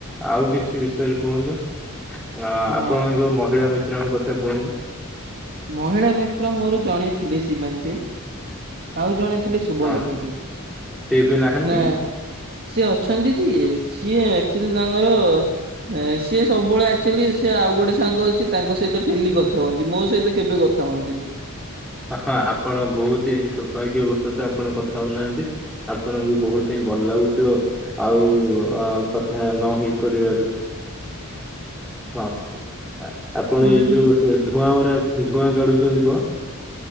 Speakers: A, in the centre; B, on the right (about 45°).
A: ଆଉ କିଛି ବିଷୟରେ କୁହନ୍ତୁ। ଅଂ ଆପଣଙ୍କ
B: ଅ
A: ମହିଳା ମିତ୍ରଙ୍କ କଥା କୁହନ୍ତୁ।
B: ମହିଳା ମିତ୍ର ମୋର ଜଣ ଥିଲେ ଶିବାନୀ ଟିଏ। ଆଉ ଜଣେ ଥିଲେ ଶୁଭଲକ୍ଷ୍ମୀ
A: ହଁ
B: ଟିଏ
A: ସେ ଏବେ ନାହାନ୍ତି।
B: ନା ସିଏ ଅଛନ୍ତି ଯେ ସିଏ ଏକ୍ଚୁଆଲି ତାଙ୍କର <unintelligible> ସିଏ ସବୁବେଳେ ଆକ୍ଚୁଆଲି ସିଏ ଆଉ ଗୋଟେ ସାଙ୍ଗ ଅଛି ତାଙ୍କ ସହିତ ଡେଲି କଥା ହୁଅନ୍ତି ମୋ ସହିତ କେବେ କଥା ହୁଅନ୍ତିନି।
A: ହଁ ଆପଣ ବହୁତ ହିଁ ସୌଭାଗ୍ୟବଶତ ଆପଣ କଥା ହଉ ନାହାନ୍ତି। ଆପଣଙ୍କୁ ବହୁତ ହିଁ ଭଲ ଲାଗୁଥିବ ଆଉ ଅଂ କଥା ନ ହେଇପାରିବାରୁ। ହଁ ଆପଣ
B: ବୁଝୁଛନ୍ତି।
A: ଏଇ ଯୋଉ ସେ ଧୂଆଁ ଭରା ଧୂଆଁ କାଢୁଛନ୍ତି କଣ?